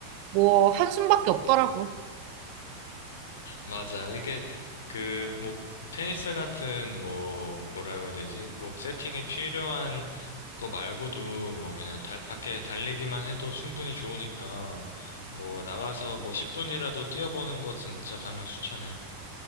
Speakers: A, on the right; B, on the left.
A: 뭐 한숨밖에 없더라고.
B: 맞아. 이게 그 뭐 테니스 같은 뭐 뭐라고 해야 되지? 꼭 세팅이 필요한 그거 말고도 뭐 그냥 달, 밖에 달리기만 해도 충분히 좋으니까 뭐 나가서 뭐 10분이라도 뛰어보는 거 진짜 강력 추천해.